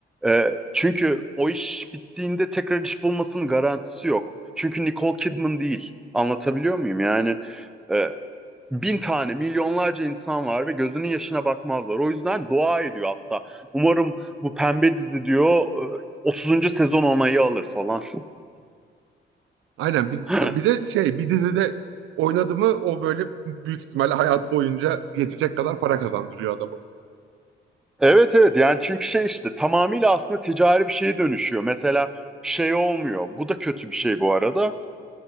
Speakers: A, in the centre; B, on the right.
A: e, çünkü o iş bittiğinde tekrar iş bulmasının garantisi yok. Çünkü Nicole Kidman değil. Anlatabiliyor muyum? Yani e, bin tane, milyonlarca insan var ve gözünün yaşına bakmazlar. O yüzden dua ediyor hatta. Umarım bu pembe dizi diyor e, 30. sezon onayı alır falan.
B: Aynen bir,
A: <laughs>
B: bir de şey bir dizide oynadı mı o böyle büyük ihtimalle hayatı boyunca yetecek kadar para kazandırıyor adamı.
A: Evet evet yani çünkü şey işte tamamıyla aslında ticari bir şeye dönüşüyor. Mesela şey olmuyor. Bu da kötü bir şey bu arada.